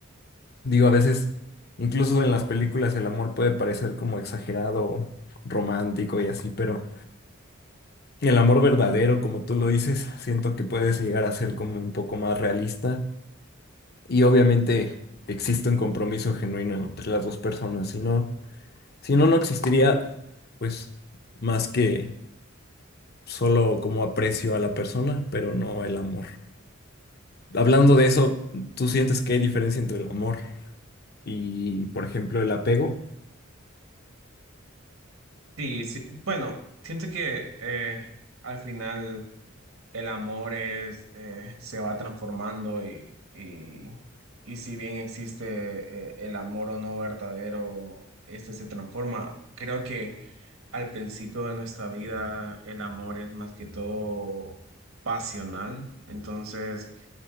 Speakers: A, on the left (about 50°); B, on the right (about 80°).
A: Digo, a veces, incluso en las películas, el amor puede parecer como exagerado, romántico y así, pero el amor verdadero, como tú lo dices, siento que puedes llegar a ser como un poco más realista y obviamente existe un compromiso genuino entre las dos personas, si no, si no, no existiría, pues, más que Solo como aprecio a la persona, pero no el amor. Hablando de eso, ¿tú sientes que hay diferencia entre el amor y, por ejemplo, el apego?
B: Sí, sí. Bueno, siento que eh, al final el amor es, eh, se va transformando y, y, y si bien existe eh, el amor o no verdadero, este se transforma. Creo que al principio de nuestra vida el amor es más que todo pasional. Entonces,